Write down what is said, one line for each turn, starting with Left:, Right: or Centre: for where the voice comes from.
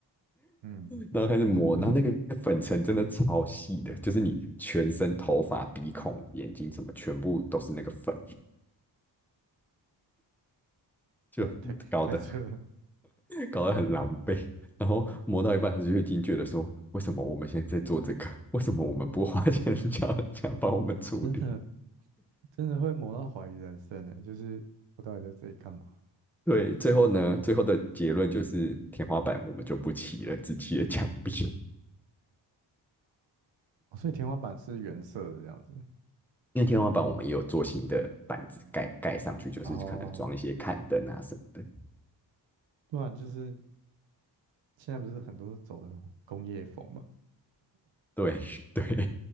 Right: 嗯，
Centre: <laughs> 然后开始磨，
Right: <laughs>
Centre: 然后那个粉尘真的超细的，就是你全身头发、鼻孔、眼睛什么全部都是那个粉，就搞的。
Right: 太太太扯了。
Centre: 搞得很狼狈。然后磨到一半他就已经觉得说，为什么我们现在在做这个？<laughs> 为什么我们不花钱 <laughs> 叫人家帮我们处理？
Right: 真的真的会磨到怀疑人生呢，就是我到底在这里干嘛？
Centre: 对，最后呢，
Right: 嗯，
Centre: 最后的结论就是天花板我们就不漆了，只漆了墙壁。
Right: 哦所以天花板是原色的这样子，
Centre: <laughs> 因为天花板我们也有做新的板子盖盖上去，
Right: 嗯，
Centre: 就是可能装一些看灯啊什么的。
Right: 然后不然就是现在不是很多是走的工业风嘛，
Centre: 对 <laughs> 对，